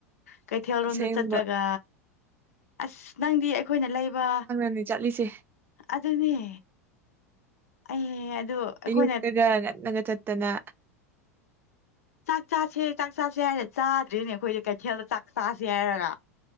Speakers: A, on the left (about 65°); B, on the right (about 25°).
A: ꯀꯩꯊꯦꯜꯦꯜꯔꯣꯝꯗ
B: ꯑꯁꯦꯡꯕ
A: ꯆꯠꯇ꯭ꯔꯒ ꯑꯁ ꯅꯪꯗꯤ ꯑꯩꯈꯣꯏꯅ ꯂꯩꯕ
B: ꯅꯤ ꯆꯠꯂꯤꯁꯦ
A: ꯑꯗꯨꯅꯦ ꯑꯩ ꯑꯗꯨ ꯑꯩꯈꯣꯏꯅ
B: ꯑꯌꯨꯛꯇꯒ ꯉꯛꯅꯒ ꯆꯠꯇꯅ
A: ꯆꯥꯛ ꯆꯥꯁꯦ ꯆꯥꯛ ꯆꯥꯁꯦ ꯍꯥꯏꯔꯦ ꯆꯥꯗ꯭ꯔꯔꯤꯅꯦ ꯑꯩꯈꯣꯏꯁ ꯀꯩꯊꯦꯜꯗ ꯆꯥꯛ ꯆꯥꯁꯦ ꯍꯥꯏꯔꯒ